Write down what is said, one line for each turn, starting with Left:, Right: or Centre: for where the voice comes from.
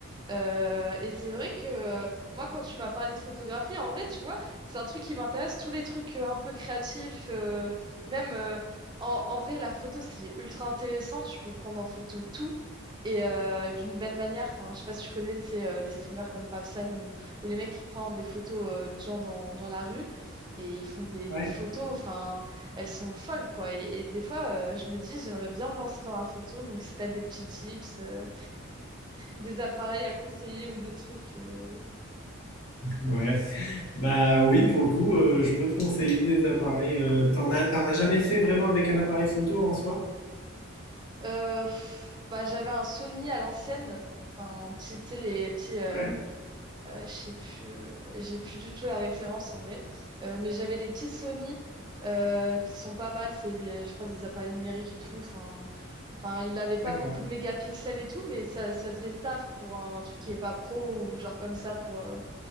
Right: Euh, et c'est vrai que euh, moi, quand tu m'as parlé de photographie, en vrai, tu vois, c'est un truc qui m'intéresse, tous les trucs euh, un peu créatifs, euh, même euh, en, en vrai, la photo, c'est ultra intéressant, tu peux prendre en photo tout. Et euh, d'une belle manière, enfin, je sais pas si tu connais, tu sais, euh, les streamers comme Papsan ou, ou les mecs qui prennent des photos euh, de gens dans, dans la rue et ils font des, des
Left: Ouais.
Right: photos, enfin, elles sont folles, quoi. Et, et des fois, euh, je me dis, j'aimerais bien me lancer dans la photo, donc si tu as des petits tips, euh, des appareils à conseiller ou des trucs. euh.
Left: Ouais. Bah oui, pour le coup, euh, je peux te conseiller des appareils. euh, t'en as, t'en as jamais fait vraiment avec un appareil photo en soi?
Right: Euh, pff, bah, j'avais un Sony à l'ancienne. Enfin, un petit, tu sais, les petits. euh,
Left: Ouais.
Right: euh, je sais plus. euh, J'ai plus du tout la référence en vrai. Euh, mais j'avais des petits Sony euh, qui sont pas mal. C'est, des- je crois, des appareils numériques et tout. Enfin, enfin, il avait pas
Left: D'accord,
Right: beaucoup de mégapixels et tout, mais ça, ça faisait le taf pour un truc qui est pas pro ou genre comme ça pour, euh,